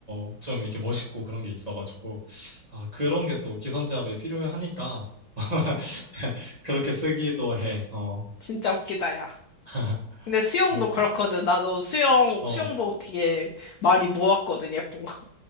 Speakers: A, on the right; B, on the left.
A: 어, 좀 이렇게 멋있고 그런 게 있어가지고, 아, 그런 게 또 기선제압에 필요하니까, <laughs> 그렇게 쓰기도 해. 어.
B: 진짜 웃기다, 야.
A: <laughs>
B: 근데 수영도
A: 뭐,
B: 그렇거든. 나도 수영,
A: 어.
B: 수영복 되게 많이 모았거든, 예쁜 거.